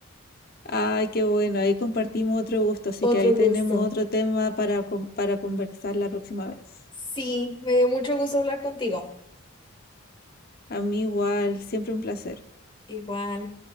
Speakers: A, on the left; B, on the left.
A: Ay, qué bueno, ahí compartimos otro gusto, así
B: otro
A: que ahí tenemos
B: gusto,
A: otro tema para, con- para conversar la próxima vez.
B: sí, me dio mucho gusto hablar contigo,
A: A mí igual, siempre un placer.
B: igual.